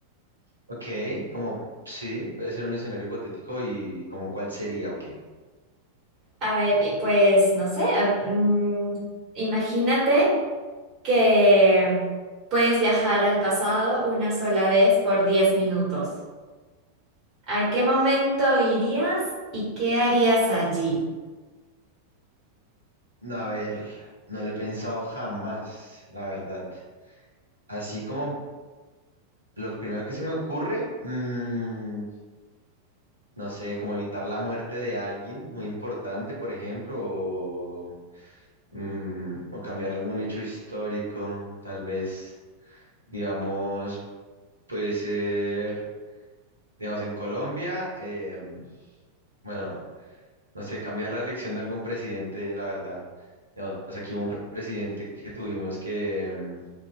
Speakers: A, on the right; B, on the right.
A: Ok, como sí, puede ser un escenario hipotético y como cuál sería, ok.
B: A ver, y pues no sé, ah, mm, imagínate que puedes viajar al pasado una sola vez por 10 minutos. ¿A qué momento irías y qué harías allí?
A: No, A ver, no lo he pensado jamás, la verdad. Así como lo primero que se me ocurre, mm, no sé, como evitar la muerte de alguien muy importante, por ejemplo, o, mm, o cambiar algún hecho histórico, tal vez, digamos, puede ser, digamos, en Colombia. em, Bueno, no sé, cambiar la elección de algún presidente, la verdad. Digamos, aquí hubo un presidente que tuvimos que, mm,